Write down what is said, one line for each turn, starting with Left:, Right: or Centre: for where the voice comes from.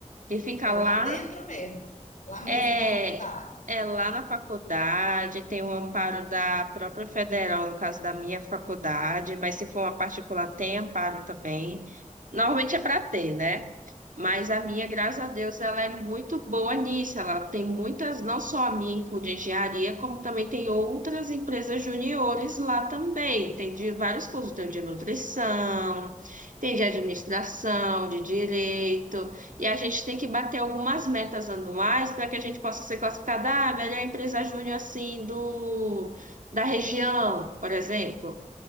Right: que fica
Left: É lá
Right: lá
Left: dentro mesmo, lá mesmo
Right: é,
Left: na faculdade.
Right: é lá na faculdade, tem o amparo da própria federal, no caso da minha faculdade, mas se for uma particular, tem amparo também. Normalmente é para ter, né? Mas a minha, graças a Deus, ela é muito boa nisso. Ela tem muitas, não só a minha, incluindo engenharia, como também tem outras empresas juniores lá também. Tem de vários cursos, tem o de nutrição, tem de administração, de direito. E a gente tem que bater algumas metas anuais para que a gente possa ser classificada a ah, melhor empresa júnior assim do da região, por exemplo.